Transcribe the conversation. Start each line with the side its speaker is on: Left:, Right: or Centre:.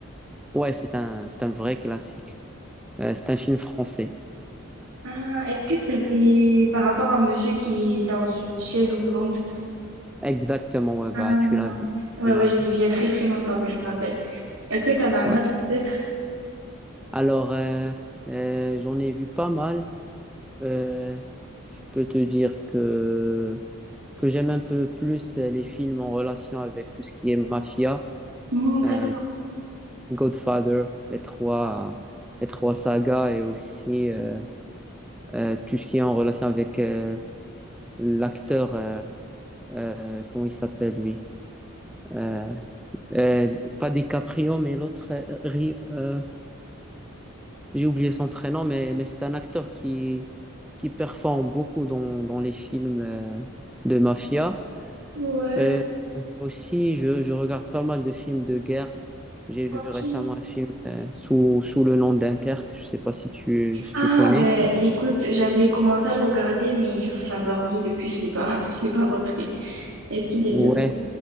Centre: Ouais, c'est un c'est un vrai classique. Euh, c'est un film français.
Right: Ah, est-ce que c'était par rapport à un monsieur qui est dans une chaise roulante?
Centre: Exactement, ouais,
Right: Ah,
Centre: bah tu l'as vu.
Right: ouais,
Centre: Tu
Right: ouais,
Centre: l'as
Right: je
Centre: vu.
Right: l'ai vu il y a très très longtemps, mais je me rappelle. Est-ce que t'en as un
Centre: Ouais.
Right: autre peut-être?
Centre: Alors, euh, euh, j'en ai vu pas mal. Euh, je peux te dire que que j'aime un peu plus euh, les films en relation avec tout ce qui est mafia,
Right: Hmm, d'accord.
Centre: euh, Godfather, les trois, les trois sagas et aussi euh, euh, tout ce qui est en relation avec euh, l'acteur, euh, euh, comment il s'appelle lui? Euh, euh, pas DiCaprio, mais l'autre, euh, Ri- euh, j'ai oublié son prénom, mais, mais c'est un acteur qui, qui performe beaucoup dans, dans les films euh, de mafia.
Right: Ouais,
Centre: Euh, aussi, je, je regarde pas mal de films de guerre. J'ai vu
Right: ok.
Centre: récemment un film euh, sous, sous le nom Dunkerque. Je sais pas si tu, si
Right: Ah,
Centre: tu connais.
Right: ben écoute, j'avais commencé à le regarder, mais je me suis endormie depuis, je l'ai pas, <laughs> je l'ai pas repris. Est-ce qu'il est
Centre: Ouais,
Right: bien?